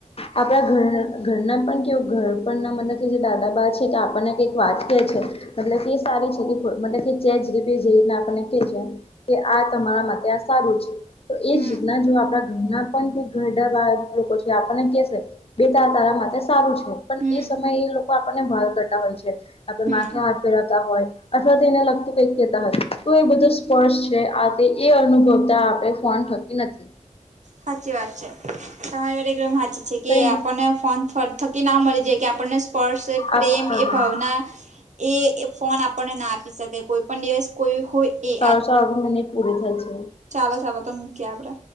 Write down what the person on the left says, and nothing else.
આપડા ઘર ઘરના પણ કેવું ઘર પણના મતબ કે જે દાદા બાા છે, આપણને વાત કે છે મતલબ કે સારી છે કે મતલ કે ચેજ ર જે આપણને કે છે. કે આ તમારા માટે આ સારું છે, તો એજ
રીતના જો આપણા ઘરના પણ ઘરડા બાર લોકો છે, આપણને કે શ બે તાર તારા માટે સારું છે પણ
એ સમયે એ લોકો આપણને ભાર કરતા હોય છે. આપે
માથે હાર ફેરવતા હોય. અથવા તેને લગતું કઈક કેતા હોય તો એ બધું સ્પર્ષ છે, આ એ અનુભવતા આપણે ફોન નથી.
કઈ
આપ હા
હા
<unintelligible> પુરી થાય છે.